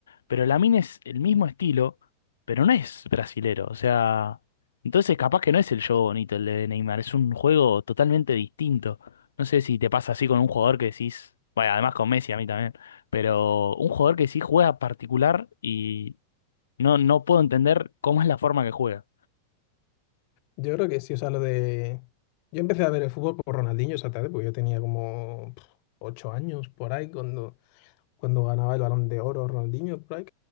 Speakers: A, on the left; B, on the left.
A: pero Lamine es el mismo estilo, pero no es brasilero. O sea, entonces capaz que no es el juego bonito el de Neymar, es un juego totalmente distinto. No sé si te pasa así con un jugador que decís, bueno, además con Messi a mí también, pero un jugador que sí juega particular y no, no puedo entender cómo es la forma que juega.
B: yo creo que sí, o sea, lo de... Yo empecé a ver el fútbol por Ronaldinho esa tarde, porque yo tenía como pf, ocho años por ahí, cuando, cuando ganaba el Balón de Oro Ronaldinho, por ahí.